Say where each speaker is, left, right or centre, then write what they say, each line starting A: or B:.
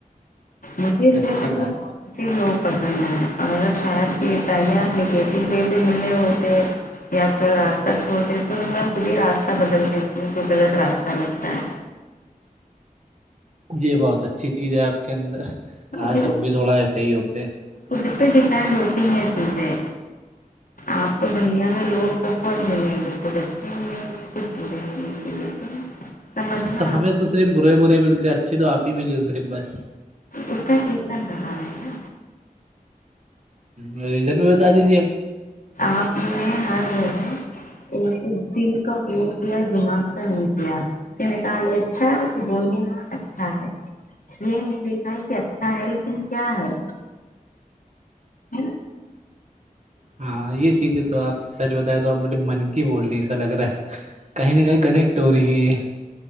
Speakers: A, on the left; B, on the right.
A: مجھے
B: اچھی
A: صرف
B: بات
A: پازیٹیو لوگ پسند ہے اور اگر شاید یہ پہلے اپ نکیت د بھی ملے ہوتے یا پھر راستہ چھوڑ دیتے تو میں خود ہی راستہ بدل دیتی ہوں جو غلط راہ کتا ہے
B: یہی بہت اچھی چیز ہے آپ کے اندر کاش
A: دیکھو
B: ہم بھی تھوڑا ایسے ہی ہوتے
A: خود پہ ڈیپینڈ ہوتی ہیں چیزیں آپ کو دنیا میں لوگ بہت ملیں گے کچھ اچھے ملیں گے کچھ برے ملیں گے لیکن سمجھنا
B: تو ہمیں
A: آپ
B: تو صرف برے برے ملتے اچھے تو آپ ہی ملی ہو صرف بس
A: اس کا ایک ندن رہا ہے نا
B: ہ ریزلٹ بھی بتا دی تی اپ
A: آپ نے ہر جگہ ایک دل کا اپیگ کیا دماغ کا نہیں کیا اس میں کہا یہ اچھا ہے تو بول دیا ہاں اچھا ہے یہ نہیں دیکھا ہے کہ اچھا ہے لیکن کیا ہے جی
B: ہاں یہ چیزیں تو آپ سچ بتائے تو آپ بے من کی بولنی ایسا لگ رہا ہے کئی ن ک کنیکٹ ہو رہ